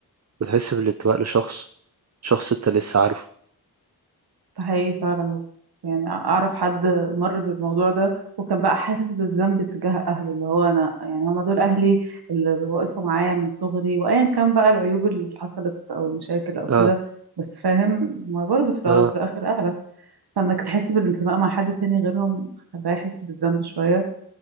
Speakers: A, on the right; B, on the right.
A: وتحس بالانتماء لشخص شخص انت لسه عارفه
B: ده حقيقي فعلا يعني اعرف حد مر بالموضوع ده وكان بقى حاسس بالذنب تجاه اهله اللي هو انا يعني هما دول اهلي اللي واقفوا معايا من صغري وايا كان بقى العيوب اللي حصلت او المشاكل او كده
A: اه
B: بس فاهم ما برضه في الاول
A: اه
B: وفي الاخر اهلك فانك تحس بالانتماء مع حد تاني غيرهم خلاه يحس بالذنب شويه